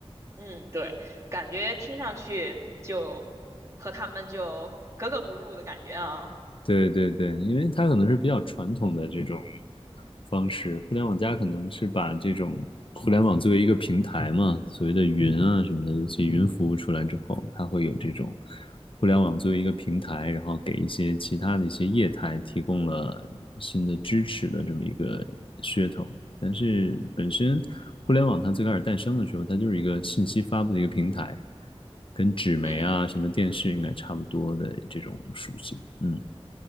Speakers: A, on the right (about 30°); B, on the left (about 55°).
A: 嗯，对，感觉听上去就和他们就格格不入的感觉啊。
B: 对对对，因为它可能是比较传统的这种方式，互联网加可能是把这种互联网作为一个平台嘛，所谓的云啊什么的，尤其云服务出来之后，它会有这种互联网作为一个平台，然后给一些其他的一些业态提供了新的支持的这么一个噱头。但是本身互联网它最开始诞生的时候，它就是一个信息发布的一个平台，跟纸媒啊什么电视应该差不多的这种属性，
A: 嗯，
B: 嗯。